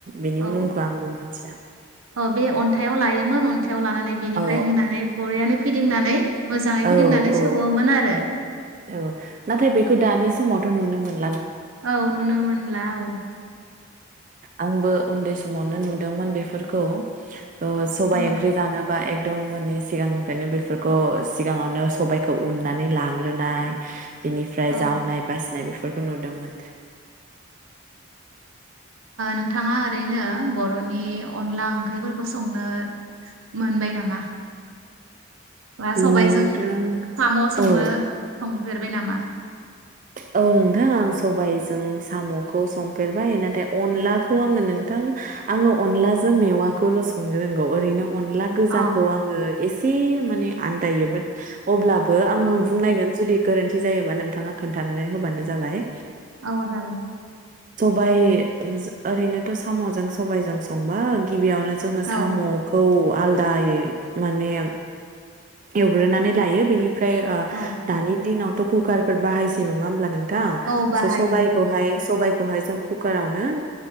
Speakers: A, on the right; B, on the right.
A: बेनि
B: औ
A: मुंखौ आंबो मिथिया।
B: औ बे अन्थाइआव लायोमोन अन्थाइ आव लानानै बेनिफ्राय
A: औ
B: होनानै बरियानो फिदिंनानै मोजाङै
A: औ
B: फिदिंनानै
A: औ
B: सौवोमोन आरो।
A: औ नाथाय बेखौ दानि समावथ' नुनो मोन
B: औ नुनो मोनला औ।
A: आंबो उन्दै समावनो नुदोंमोन बेफोरखौ। औ सबाय
B: औ
A: ओंख्रि जानो बा एकदम माने सिगांनिफ्रायनो बेफोरखौ सिगाङावनो सबायखौ उननानै लाग्रोनाय बेनिफ्राय
B: औ
A: जावनाय बासिनाय बेफोरखौ नुदोंमोन।
B: नोंथाङा ओरैनो बर'नि अनला ओंख्रिफोरखौ संनो मोनबाय नामा? बा सबायजों
A: नोंथां
B: साम' संनो
A: औ
B: संफेर बाय नामा?
A: औ नोंथां आं सबायजों साम'खौ संफेरबाय नाथाय अनलाखौ आङो नोंथां आङो अनलाजों मेवाखौल' संनो रोंगौ ओरैनो अनला गोजाखौ
B: औ
A: आङो एसे माने आनदायो बाट अब्लाबो आं
B: औ
A: बुंनायगोन जुदि गोरोन्थि जायोबा नोंथाङा खोन्थानानै होबानो जाबाय।
B: औ जागोन।
A: सबायाइ ओरैनोथ' साम'जों सबाइजों संबा गिबियावनो जोङो साम'खौ
B: औ
A: आलदायै माने एवग्रोनानै लायो बेनि फ्राय ओ
B: औ
A: दानि दिनाव कुकारफोर बाहायसै नंङा होमब्ला नोंथां
B: औ बाहायो
A: सबायखौ हाय सबाय बेहाय जों कुकारआवनो